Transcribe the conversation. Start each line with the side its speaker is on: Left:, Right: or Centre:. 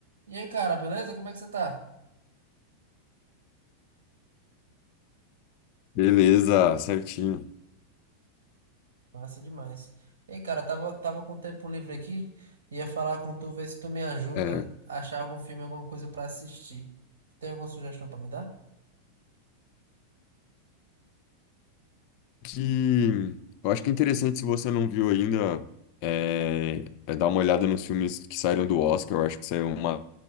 Right: E aí, cara, beleza? Como é que você tá?
Left: Beleza, certinho.
Right: Massa demais. E aí, cara, tava, tava com tempo livre aqui, ia falar com tu, ver se tu me ajuda
Left: É,
Right: a achar algum filme, alguma coisa pra assistir. Tu tem alguma sugestão pra me dar?
Left: que eu acho que é interessante se você não viu ainda é, é dar uma olhada nos filmes que saíram do Oscar. Eu acho que saiu uma